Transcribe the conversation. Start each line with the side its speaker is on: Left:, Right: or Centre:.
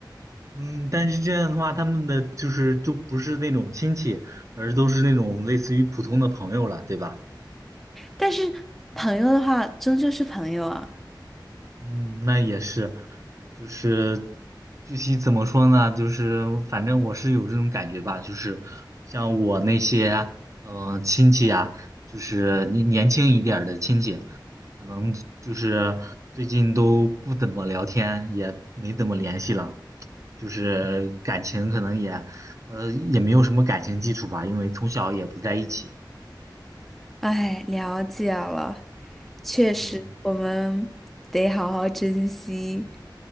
Right: 嗯，但是这样的话，他们的就是就不是那种亲戚，而都是那种类似于普通的朋友了，对吧？
Centre: 但是朋友的话，终究是朋友啊。
Right: 嗯，那也是，就是具体怎么说呢？就是反正我是有这种感觉吧，就是像我那些呃亲戚啊，就是年年轻一点儿的亲戚，可能就是最近都不怎么聊天，也没怎么联系了，就是感情可能也呃也没有什么感情基础吧，因为从小也不在一起。
Centre: 哎，了解了，确实，
Right: 嗯，
Centre: 我们得好好珍惜